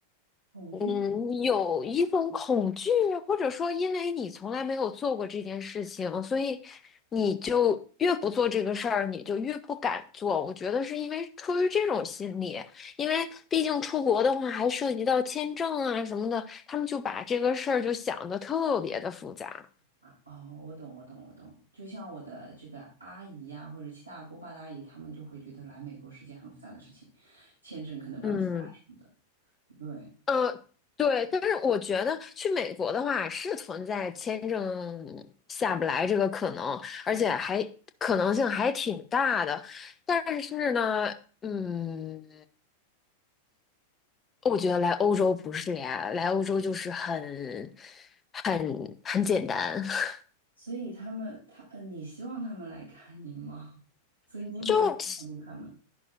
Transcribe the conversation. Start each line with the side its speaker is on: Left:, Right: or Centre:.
Right: 恐惧
Left: 嗯，有一种恐惧，或者说因为你从来没有做过这件事情，所以你就越不做这个事儿，你就越不敢做。我觉得是因为出于这种心理，因为毕竟出国的话还涉及到签证啊什么的，他们就把这个事儿就想得特别的复杂。
Right: 啊！哦，我懂，我懂，我懂。就像我的这个阿姨呀、或者七大姑八大姨，他们就会觉得来美国是件很复杂的事情，签证可能办不下来什么的。
Left: 嗯。
Right: 对，
Left: 嗯，对，但是我觉得去美国的话是存在签证下不来这个可能，而且还可能性还挺大的。
Right: 嗯，
Left: 但是呢，嗯，我觉得来欧洲不是呀，来欧洲就是很、很、很简单。<laughs>
Right: 所以他们，他，呃，你希望他们来看你吗？<laughs> 所以你没有说服他们。
Left: 就其